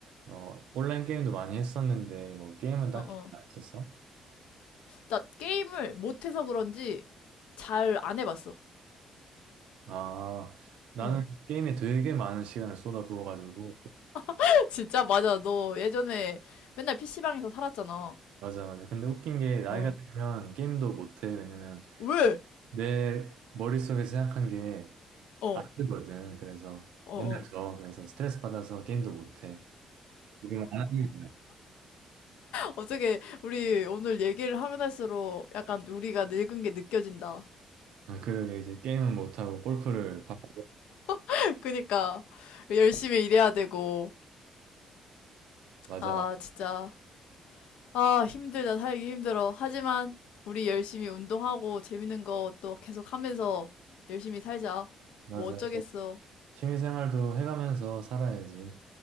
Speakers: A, on the right; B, on the left.
A: 어, 온라인 게임도 많이 했었는데, 뭐, 게임은 딱히
B: 어, 어.
A: 안 했었어?
B: 나 게임을 못해서 그런지 잘 안 해봤어.
A: 아, 나는
B: 어.
A: 게임에 되게 많은 시간을 쏟아부어가지고,
B: <laughs> 진짜 맞아. 너 예전에 맨날 PC방에서 살았잖아.
A: 맞아, 맞아. 근데 웃긴 게, 나이가
B: 어.
A: 들면 게임도 못해. 왜냐면,
B: 왜?
A: 내 머릿속에서 생각한 게
B: 어.
A: 안
B: 어,
A: 되거든. 그래서,
B: 어.
A: 맨날 저, 그래서 스트레스 받아서 게임도 못해. 지금 안 하는 거야.
B: 어떻게 우리 오늘 얘기를 하면 할수록 약간 우리가 늙은 게 느껴진다.
A: 아, 그러게, 이제 게임은 못하고, 골프를 받고,
B: <laughs> 그니까 열심히 일해야 되고.
A: 맞아,
B: 아, 진짜. 아, 힘들다. 살기 힘들어. 하지만 우리 열심히 운동하고 재밌는 거 또 계속 하면서 열심히 살자.
A: 맞아.
B: 뭐 어쩌겠어.
A: 취미생활도 해가면서 살아야지.